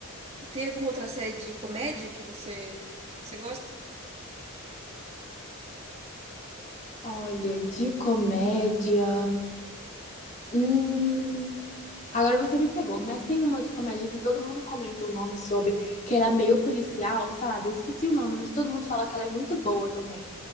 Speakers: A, on the right; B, on the left.
A: Tem alguma outra série de comédia que você, você gosta?
B: Olha, de comédia. Hum... Agora você me pegou, mas tem uma de comédia que todo mundo comenta o nome sobre, que era meio policial, sabe? Esqueci o nome, mas todo mundo fala que ela é muito boa também.